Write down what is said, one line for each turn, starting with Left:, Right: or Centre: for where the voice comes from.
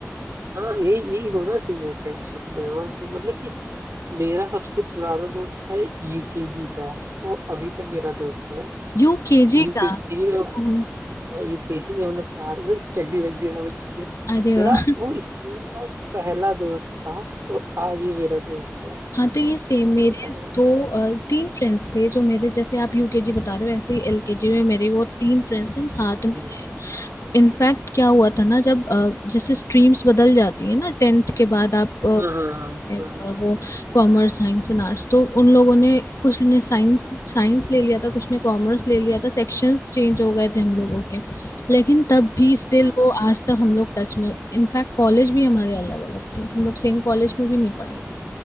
Right: हाँ, यही यही होना चाहिए फ्रेंडशिप में और मतलब कि मेरा सबसे पुराना दोस्त है यूकेजी का वो अभी तक मेरा दोस्त है
Left: यूकेजी
Right: यूकेजी
Left: का
Right: में
Left: हम्म,
Right: यूकेजी में हम लोग साथ मतलब चड्डी वड्डी समझ लीजिए
Left: अरे
Right: मेरा
Left: वाह
Right: वो स्कूल का पहला दोस्त था तो आज भी मेरा दोस्त है
Left: हाँ तो ये सेम मेरे
Right: तो ऐसा
Left: दो अ, तीन फ्रेंड्स थे जो मेरे जैसे आप यूकेजी बता रहे हो ऐसे ही एलकेजी में मेरे वो तीन फ्रेंड्स थे हम साथ
Right: हाँ
Left: में इनफैक्ट क्या हुआ था ना जब अ, जैसे स्ट्रीम्स बदल जाती है ना टेंथ के बाद आप
Right: हाँ हाँ
Left: है,
Right: हाँ
Left: वो कॉमर्स साइंस एंड आर्ट्स तो उन लोगों ने कुछ ने साइंस साइंस ले लिया था कुछ ने कॉमर्स ले लिया था सेक्शंस चेंज हो गए थे हम लोगों के लेकिन तब भी स्टिल
Right: हाँ हाँ।
Left: वो आज तक हम लोग टच में इनफैक्ट कॉलेज भी हमारे अलग अलग थे हम लोग सेम कॉलेज में भी नहीं पढ़े
Right: अरे,